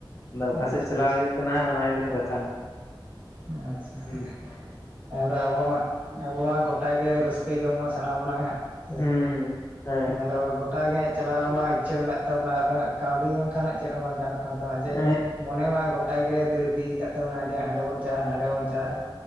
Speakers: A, on the left; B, on the right.
A: ᱟᱫᱚ
B: ᱟᱪᱪᱷᱟ
A: ᱚᱠᱟ ᱥᱮᱫ ᱪᱟᱞᱟᱣ
B: ᱟᱪᱪᱷᱟ
A: ᱦᱩᱭᱩᱜ ᱠᱟᱱᱟ ᱦᱟᱸᱜ ᱚᱱᱟ ᱦᱩᱭᱩᱜ ᱠᱟᱱᱟ ᱠᱟᱛᱷᱟ᱾
B: ᱟᱪᱪᱷᱟ,
A: ᱦᱩᱸ
B: ᱟᱫᱚ ᱟᱵᱚ ᱢᱟᱜ ᱟᱵᱚ ᱢᱟ ᱜᱚᱴᱟ ᱜᱮ ᱨᱟᱹᱥᱠᱟᱹ ᱡᱚᱝ ᱢᱟ ᱥᱟᱱᱟ ᱵᱚᱱᱟ ᱦᱟᱸᱜ ᱪᱮᱫ,
A: ᱦᱩᱸ ᱦᱮᱸ
B: ᱟᱫᱚ ᱜᱚᱴᱟ ᱜᱮ ᱦᱟᱡ ᱪᱟᱞᱟᱣ ᱢᱟ ᱤᱪᱪᱷᱟᱹ ᱢᱮᱱᱟᱜ ᱛᱟᱵᱚᱱᱟ ᱟᱫᱚ ᱦᱟᱸᱜ ᱠᱟᱹᱣᱰᱤ ᱵᱟᱝᱠᱷᱟᱱ ᱦᱟᱸᱜ ᱪᱮᱫ ᱦᱚᱸ ᱵᱟᱝ ᱜᱟᱱᱚᱜ ᱠᱟᱱ ᱛᱟᱢᱟ ᱡᱮ
A: ᱦᱮᱸ
B: ᱢᱚᱱᱮ ᱢᱟ ᱜᱚ- ᱴᱟ ᱜᱮ ᱫᱟᱹᱲ ᱤᱫᱤᱭ ᱟᱠᱟᱫ ᱛᱟᱵᱚᱱᱟ ᱡᱮ ᱦᱟᱸᱰᱮ ᱵᱚᱱ ᱪᱟᱞᱟᱜᱼᱟ, ᱱᱷᱟᱸᱰᱮ ᱵᱚᱱ ᱪᱟᱞᱟᱜᱼᱟ,